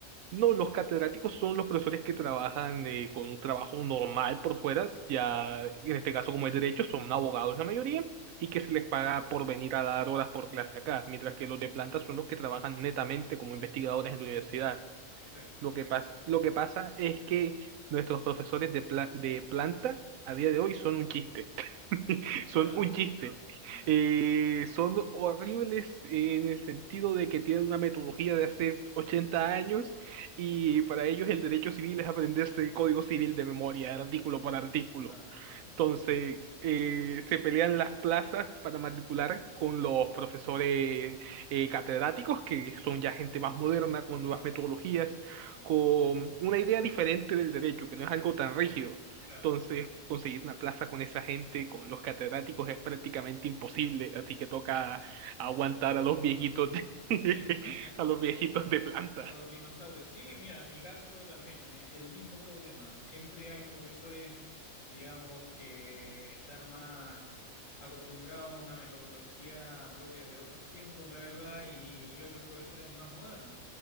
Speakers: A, on the right; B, on the left.
A: No, los catedráticos son los profesores que trabajan eh, con un trabajo normal por fuera, ya en este caso como es derecho, son abogados la mayoría y que se les paga por venir a dar horas por clase acá, mientras que los de planta son los que trabajan netamente como investigadores en la universidad.
B: Perfecto.
A: Lo que pasa, lo que pasa es que nuestros profesores de, pla- de planta a día de hoy son un chiste. <laughs>
B: Ya,
A: Son un chiste.
B: ya,
A: Eh, son horribles en el sentido de que tienen una metodología de hace 80 años y para ellos el derecho civil es aprenderse el código civil de memoria, artículo por artículo.
B: claro, claro.
A: Entonces, eh, se pelean las plazas para matricular con los profesores eh, catedráticos, que son ya gente más moderna, con nuevas metodologías,
B: ah,
A: con una idea diferente del derecho, que no es algo tan rígido.
B: claro.
A: Entonces, conseguir una plaza con esa gente, con los catedráticos, es prácticamente imposible, así que toca aguantar a los viejitos de- <laughs>
B: Sí. <laughs>
A: a los viejitos de planta.
B: A los dinosaurios. Sí, mira, en mi caso también, me- el mismo problema. Siempre hay profesores, digamos, que están más acostumbrados a una metodología propia de otros tiempos, la verdad, y, otros profesores más modernos.